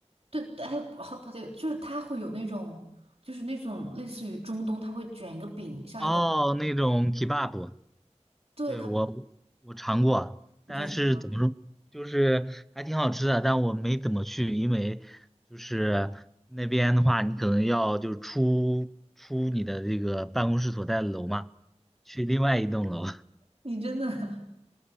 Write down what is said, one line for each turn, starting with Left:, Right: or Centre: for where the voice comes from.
Right: 对对，还有 h o 就是它会有那种，就是那种类似于中东，它会卷一个饼，像一个
Centre: 哦，那种 kebab，
Right: 对，
Centre: 对，
Right: 可
Centre: 我我尝过，
Right: 你觉得怎么样？
Centre: 但是怎么说，就是还挺好吃的，但我没怎么去，因为就是那边的话，你可能要就是出出你的这个办公室所在的楼嘛，去另外一栋楼，
Right: 你真的 <laughs>。